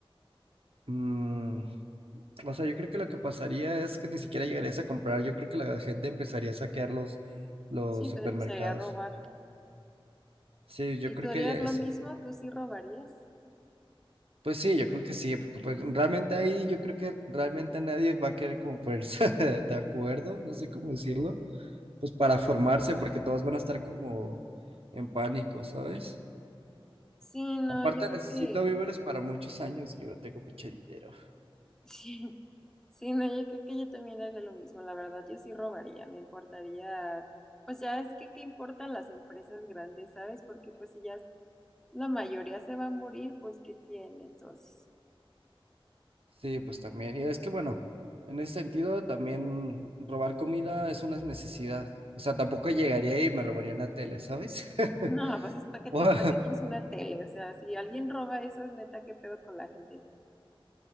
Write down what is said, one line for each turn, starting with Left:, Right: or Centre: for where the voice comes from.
Right: mm, O sea, yo creo que lo que pasaría es que ni siquiera llegarías a comprar. Yo creo que la gente empezaría a saquear los, los
Centre: Sí,
Right: supermercados.
Centre: pues empezaría a robar.
Right: Sí, yo
Centre: ¿Y
Right: creo
Centre: tú
Right: que
Centre: harías
Right: haría
Centre: lo
Right: eso.
Centre: mismo? ¿Tú sí robarías?
Right: Pues sí, yo creo que sí, porque pues realmente ahí yo creo que realmente nadie va a querer como ponerse <laughs> de acuerdo, no sé cómo decirlo, pues para formarse, porque todos van a estar como en pánico, ¿sabes?
Centre: Sí, no,
Right: Aparte
Centre: yo creo
Right: necesito
Centre: que...
Right: víveres
Centre: <laughs>
Right: para muchos años y yo no tengo mucho dinero.
Centre: Sí, sí, no, yo creo que yo también haría lo mismo. La verdad, yo sí robaría. Me importaría... Pues ya es que qué importan las empresas grandes, ¿sabes? Porque pues si ya la mayoría se va a morir, pues ¿qué tiene entonces?
Right: Sí, pues también. Y es que bueno, en ese sentido también robar comida es una necesidad. O sea, tampoco llegaría y me robaría una tele, ¿sabes?
Centre: <laughs>
Right: <laughs>
Centre: No, pues es para qué
Right: Bueno,
Centre: te, pa qué quieres una tele. O sea, si alguien roba eso, es neta, qué pedo con la gente.